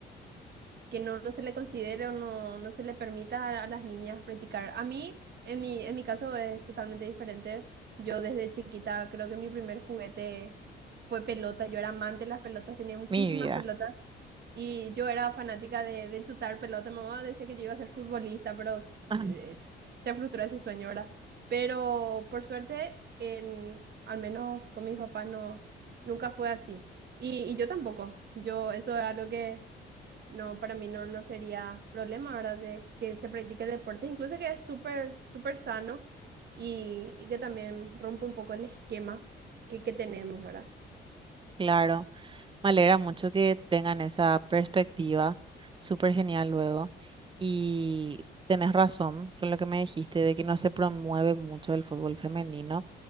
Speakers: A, on the right (about 55°); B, on the right (about 25°).
A: que no, no se le considere o no, no se le permita a, a las niñas practicar. A mí, en mi, en mi caso, es totalmente diferente. Yo desde chiquita creo que mi primer juguete fue pelota. Yo era amante de las pelotas, tenía muchísimas
B: mi vida.
A: pelotas y yo era fanática de, de chutar pelota. Mi mamá decía que yo iba a ser futbolista, pero se,
B: <laughs>
A: se frustró ese sueño, ¿verdad? Pero por suerte, en, al menos con mis papás, no, nunca fue así. Y, y yo tampoco. Yo, eso es algo que... No, para mí no, no sería problema, ¿verdad? De que se practique el deporte, incluso que es súper, súper sano y, y que también rompe un poco el esquema que, que tenemos, ¿verdad?
B: Claro. Me alegra mucho que tengan esa perspectiva, súper genial luego. Y tenés razón con lo que me dijiste de que no se promueve mucho el fútbol femenino.